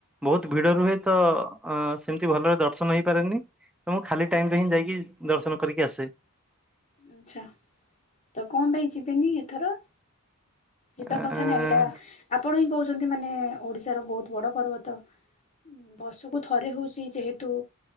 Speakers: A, in the centre; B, on the left.
A: ବହୁତ୍ ଭିଡ ରୁହେ ତ। ଅ ସେମିତି ଭଲରେ ଦର୍ଶନ ହେଇପାରେନି ତ ମୁଁ ଖାଲି ଟାଇମ୍ ରେ ହିଁ ଯାଇକି ଦର୍ଶନ କରିକି ଆସେ।
B: ଆଛା। ତ କଣ ପାଇଁ ଯିବେନି ଏଥର? ଯିବା
A: ଆ
B: କଥା ନାଁ ଏଇଟା ଆପଣ ହିଁ କହୁଛନ୍ତି ମାନେ ଓଡିଶାର ବହୁତ ବଡ ପର୍ବ ତ। ବର୍ସୁକୁ ଥରେ ହଉଚି ଯେହେତୁ